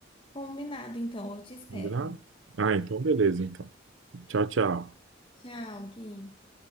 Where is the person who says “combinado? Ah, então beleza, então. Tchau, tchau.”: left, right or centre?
Right